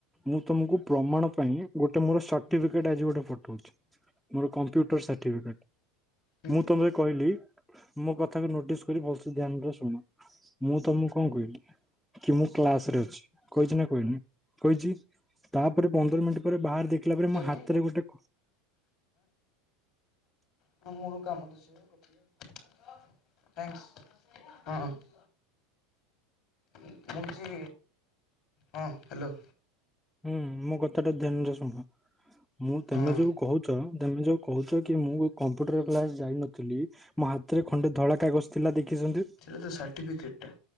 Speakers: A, in the centre; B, on the left.
A: ମୁଁ ତମକୁ ପ୍ରମାଣ ପାଇଁ ଗୋଟେ ମୋର ସାଠିବିକେଟ ଆଜି ଗୋଟେ ପଠଉଛି। ମୋର କମ୍ପ୍ୟୁଟର ସାର୍ଟିଫିକେଟ।
B: ହୁଁ
A: ମୁଁ ତମର କହିଲି ମୋ କଥାକୁ ନୋଟିସ କରି ଭଲ ସେ ଧ୍ୟାନରେ ଶୁଣ। ମୁଁ ତମୁକୁ କଣ କଇଲି? କି ମୁଁ କ୍ଲାସ ରେ ଅଛି କହିଚି ନା କହିନି କହିଛି? ତାପରେ ପନ୍ଦର ମିନିଟ୍ ପରେ ବାହାର ଦେଖିଲା
B: ମୁଁ
A: ପରେ
B: ସେମି
A: ମୋ ହାତରେ ଗୋଟେ କ
B: ହଁ ମୋର କାମ ତ ସେୟା ଗପିବା ଆଉ ଥ୍ୟାଙ୍କସ୍। ମୁଁ ହଉଛି ହଁ ହାଲୋ।
A: ହୁଁ ମୋ କଥା ଟିକେ ଧ୍ୟାନରେ ଶୁଣ। ମୁଁ ତମେ
B: ହଁ
A: ଯୋଉ କହୁଛ ତମେ ଯୋଉ କହୁଛ କି ମୁଁ କମ୍ପୁଟର କ୍ଲାସ ଯାଇନଥିଲି। ମୋ ହାତରେ ଖଣ୍ଡେ ଧଳା କାଗଜ ଥିଲା ଦେଖିଛନ୍ତି।
B: ସୋଇଟା ତ ସାର୍ଟିଫିକେଟ୍ ଟା।